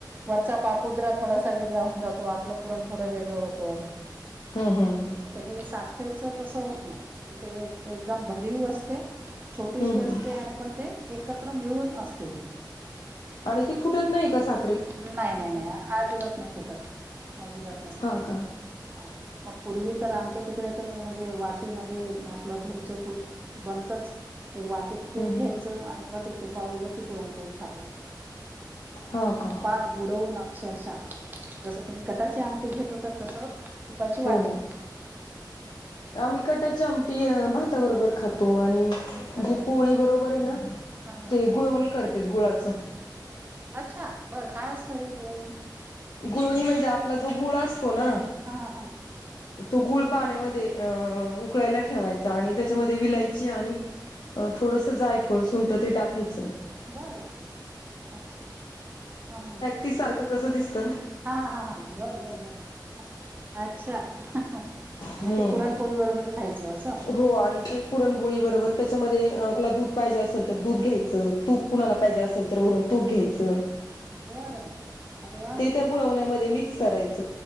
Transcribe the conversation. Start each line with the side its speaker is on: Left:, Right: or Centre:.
Right: वरचा पापुद्रा थोडासा वेगळा होऊन, जातो आतलं पुरण थोडं वेगळं होत तो <unintelligible>
Left: हा हम
Right: हे साखरेचं तस होत नाही ते एकदम भरीव असते. छोटीशी
Left: हं,
Right: असते
Left: हं.
Right: आणि पण ते एकत्र मिळून असते ती.
Left: आणि ती फुटत नाही कासा
Right: नाही नाही नाही आजिबात नाही फुटत. आजिबात नाही फुटत
Left: हा का हम्म,
Right: हा मग पूर्वी तर आमच्या तिकडे तर म्हणजे वाटीमध्ये आपल घरच तूप बनतच. तर वाटेत तूप
Left: हम्म.
Right: घ्यायच आणि मग ते तुपावररोबर ती पुरणपोळी खातत.
Left: हो का?
Right: तुपाात बुडवून अक्षरशः जस तुम्ही कटाची आमटी घेत होता तस. तुपाची वाटी.
Left: हो हो आम्ही कटाची आमटी भाताबरोबर खातो आणि
Right: अरे
Left: जी
Right: वा
Left: पोळी बरोबर आहे ना
Right: हा हा
Left: ते गुळवणी करत्यात गुळाच.
Right: अच्छा. बर काय असत हे दण
Left: गुळनी म्हणजे आपला जो गुळ असतो ना,
Right: हा हा
Left: तो गूळ पाण्यामध्ये अ उकळायला ठेवायचा आणि त्याच्यामध्ये विलायची आणि थोडंस जायफळ सुंठ ते टाकायच.
Right: बर. अच्छा हा -हा
Left: ती सारख कस दिसत.
Right: हा -हा हा हा. बर बर बर अच्छा. आणि
Left: हम्म
Right: ते पुरणपोळी बरोबर खायच अस
Left: हो आणि ते पुरणबोळी बरोबर त्याच्यामध्ये कुला दूध पाहिजे असेल तर दूध घ्यायच तूप कुणाला पाहिजे असेल तर वरून तूप घ्यायच. <unintelligible>
Right: बर अरे वा.
Left: त्या गुळवण्यामध्ये मिक्स करायच